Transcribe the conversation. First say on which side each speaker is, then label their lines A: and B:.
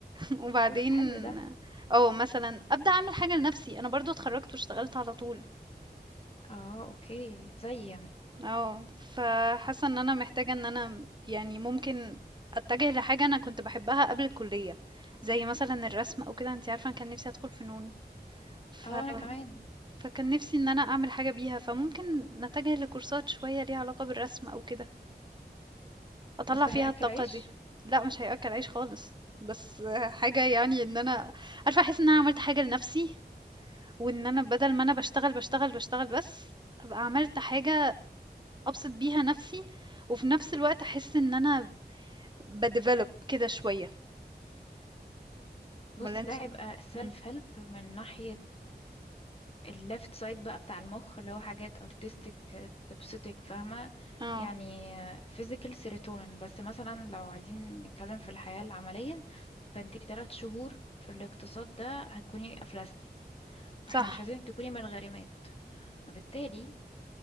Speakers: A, on the right; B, on the left.
A: <laughs> وبعدين
B: اوف حلو ده
A: او مثلا ابدا اعمل حاجة لنفسي انا برضو اتخرجت واشتغلت على طول
B: اه اوكي زي يعني
A: اه فحاسة ان انا محتاجة ان انا يعني ممكن اتجه لحاجة انا كنت بحبها قبل الكلية زي مثلا الرسم او كده انت عارفة انا كان نفسي ادخل فنون ف
B: اه انا كمان
A: فكان نفسي إن أنا أعمل حاجة بيها، فممكن نتجه لكورسات شوية ليها علاقة بالرسم أو كده، أطلّع
B: بس ده
A: فيها
B: هياكل
A: الطاقة
B: عيش
A: دي. لأ، مش هيأكل عيش خالص، بس حاجة يعني إن أنا عارفة أحس إن أنا عملت حاجة لنفسي، وإن أنا بدل ما أنا باشتغل، باشتغل، باشتغل بس، أبقى عملت حاجة أبسط بيها نفسي، وفي نفس الوقت أحس إن أنا باdevelop كده شوية،
B: بصي
A: والّا أنتِ
B: ده هيبقى
A: إمم.
B: self
A: إمم،
B: help من ناحية الليفت سايد بقى بتاع المخ اللي هو حاجات artistic آه، تبسطك فاهمة
A: آه،
B: يعني آه، physical serotonin بس مثلا لو عايزين نتكلم في الحياة العملية فانتي تلات شهور في الاقتصاد ده هتكوني أفلستي فاحنا
A: صح.
B: مش عايزينك تكوني من الغارمات فبالتالي